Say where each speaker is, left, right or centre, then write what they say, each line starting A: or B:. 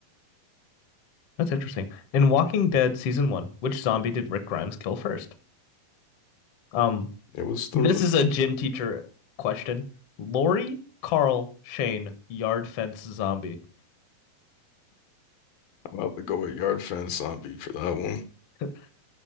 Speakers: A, on the left; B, on the left.
A: interesting. In Walking Dead season one, which zombie did Rick Grimes kill first? Um,
B: It was the
A: this is a gym teacher question. Lori, Carl, Shane, yard fence zombie.
B: I'm about to go at yard fence zombie for that one.
A: <laughs>